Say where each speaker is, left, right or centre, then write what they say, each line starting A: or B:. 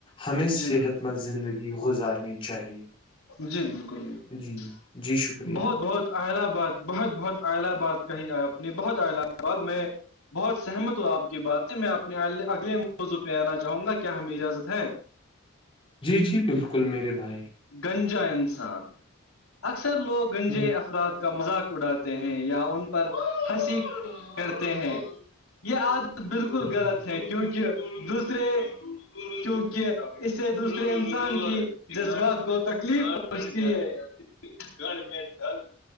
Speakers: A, on the left; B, on the left.
A: ہمیں
B: جی
A: صحت
B: بالکل
A: مند زندگی گزارنی چاہیے
B: جی بالکل بالکل
A: جی جی شکریہ
B: بہت بہت اہلا بات بہت بہت اہلا بات کہیں اپ نے بہت اہلا باد میں بہت سہمت ہو آپ کی بات ہے میں اپنے اگلے موضوع پہ آنا چاہوں گا کیا ہمیں اجازت ہے
A: جی جی بالکل میرے بھائی
B: گنجا انسان اکثر لوگ گنجے
A: ہ
B: افراد مذاق اڑاتے ہیں یا ان پر ہنسی کرتے ہیں یہ آج بالکل
A: جی
B: غلط ہے کیونکہ دوسرے کیونکہ اسے دوسرے انسان کی جذبات کو تکلیف پہنچتی ہے گڑھ میں ڈل